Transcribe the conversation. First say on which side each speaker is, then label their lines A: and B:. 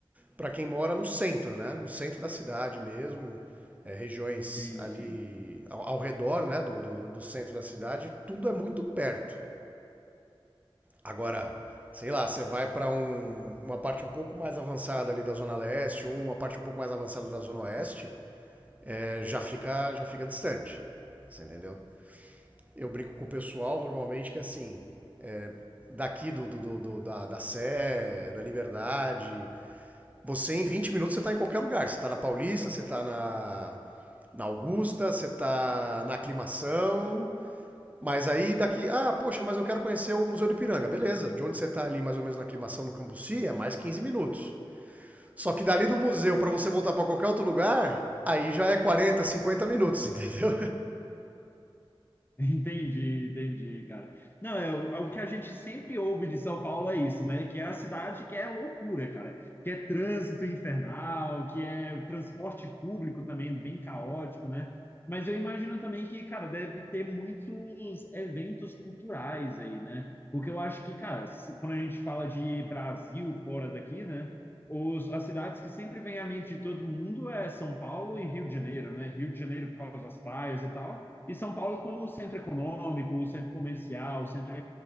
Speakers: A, on the right; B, on the left.
A: para quem mora no centro, né? No centro da cidade mesmo. É, regiões
B: sim,
A: ali
B: sim.
A: ao, ao redor né, do, do, do centro da cidade, tudo é muito perto. Agora, sei lá, você vai para um- uma parte um pouco mais avançada ali da Zona Leste ou uma parte um pouco mais avançada da Zona Oeste, é, já, fica, já fica distante. Você entendeu? Eu brinco com o pessoal normalmente que é assim, daqui do, do- do- do- da, da Sé, da Liberdade, você em 20 minutos você tá em qualquer lugar. Você tá na Paulista, você tá na, na Augusta, você tá na Aclimação, Mas aí daqui, ah, poxa, mas eu quero conhecer o Museu do Ipiranga. Beleza, de onde você está ali mais ou menos na aclimação no Cambuci é mais 15 minutos. Só que dali do museu para você voltar para qualquer outro lugar, aí já é 40 50 minutos, <laughs> entendeu?
B: <laughs> Entendi, entendi, cara. Não, é, o é o que a gente sempre ouve de São Paulo é isso, né? Que é a cidade que é loucura, cara. Que é trânsito infernal, que é transporte público também bem caótico, né? Mas eu imagino também que, cara, deve ter muitos eventos culturais aí, né? Porque eu acho que, cara, se- quando a gente fala de Brasil fora daqui, né? Os, as cidades que sempre vem à mente de todo mundo é São Paulo e Rio de Janeiro, né? Rio de Janeiro por causa das praias e tal. E São Paulo como centro econômico, centro comercial, centro